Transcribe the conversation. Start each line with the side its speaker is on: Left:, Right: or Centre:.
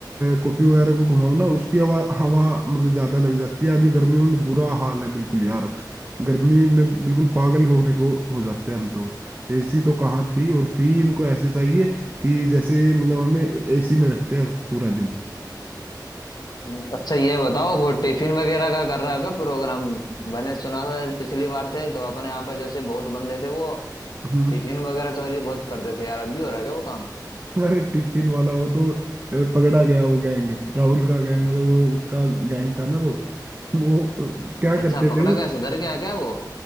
Right: कॉपी वगैरह को घुमाऊं ना उसकी हवा हवा मतलब ज्यादा लग जाती है अभी गर्मियों में बुरा हाल है बिल्कुल यार गर्मी में बिल्कुल पागल होने को हो जाते हैं हम तो एसी तो कहाँ थी और फी इनको ऐसे चाहिए कि जैसे मतलब हमें एसी में रखते हैं पूरा दिन
Left: हम्म, अच्छा ये बताओ वो टिफिन वगैरह का कर रहा होगा प्रोग्राम मैंने सुना था यार पिछली बार थे तो अपने यहाँ पे जैसे बहुत बंदे थे वो
Right: हम्म
Left: टिफिन वगैरह चोरी बहुत करते थे यार अब भी हो रहा है क्या वो काम
Right: अरे टिफिन वाला वो तो अ, पकड़ा गया वो गैंग राहुल का गैंग मतलब वो उसका गैंग था ना वो वो अ, क्या
Left: अच्छा
Right: करते
Left: पकड़ा
Right: थे वो
Left: गया सुधर गया क्या वो